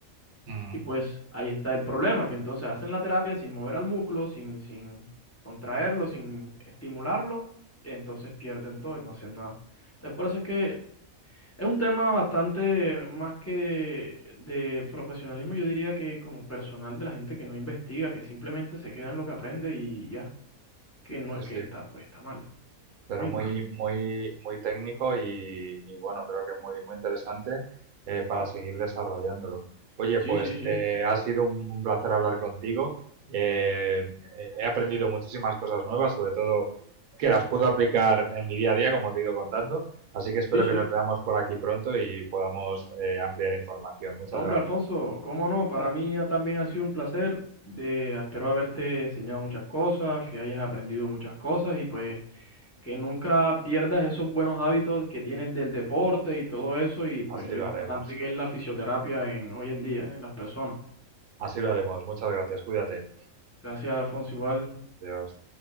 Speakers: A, on the right (about 90°); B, on the left (about 20°).
A: ujú.
B: Y pues ahí está el problema, que entonces hacen la terapia sin mover al músculo, sin, sin contraerlo, sin estimularlo, entonces pierden todo y no hacen nada. Entonces por eso es que es un tema bastante más que de profesionalismo, yo diría que como personal de la gente que no investiga, que simplemente se queda en lo que aprende y ya, que no,
A: Sí,
B: que
A: sí.
B: está, pues está mal,
A: pero
B: muy
A: muy,
B: mal.
A: muy, muy técnico y, y bueno, creo que muy, muy interesante eh, para seguir desarrollándolo. Oye,
B: Sí,
A: pues
B: sí, sí.
A: eh, ha sido un, un placer hablar contigo. Eh, eh, he aprendido muchísimas cosas nuevas, sobre todo que las puedo aplicar en mi día a día, como te he ido contando. Así que espero
B: Sí, sí.
A: que nos veamos por aquí pronto y podamos eh, ampliar información. Muchas
B: Hombre,
A: gracias.
B: Alfonso, cómo no, para mí ha- también ha sido un placer. De, espero haberte enseñado muchas cosas, que hayas aprendido muchas cosas y pues que nunca pierdas esos buenos hábitos que tienes del deporte y todo eso y pues
A: Así
B: lo
A: lo
B: importante
A: haremos.
B: que es la fisioterapia en, hoy en día en las personas.
A: Así lo haremos. Muchas gracias. Cuídate.
B: Gracias, Alfonso, igual.
A: Adiós.